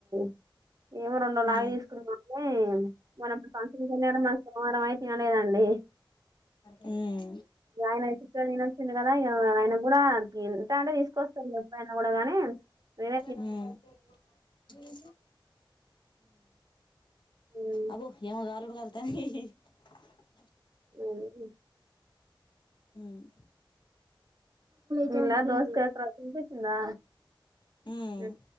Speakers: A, on the right; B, on the left.
A: <inaudible> ఏమో రెండ్రోజుల
B: హ్మ్
A: ఆగి తీసుకుందామని <inaudible> <inaudible> తినలేద లే
B: హ్మ్
A: ఆయన చికెన్ తినొచ్చిండు కదా <inaudible> కూడా ఎంత అంటే తీసుకొస్తాంది ఎప్పుడైనా కూడా గాని నేన
B: హ్మ్ ఉమ్
A: ఉమ్,
B: అబో ఏమ గాలుడు కా <unintelligible>
A: ఉమ్.
B: హ్మ్
A: నిన్న దోసకాయ పచ్చడి తినిపించిందా
B: హ్మ్
A: వె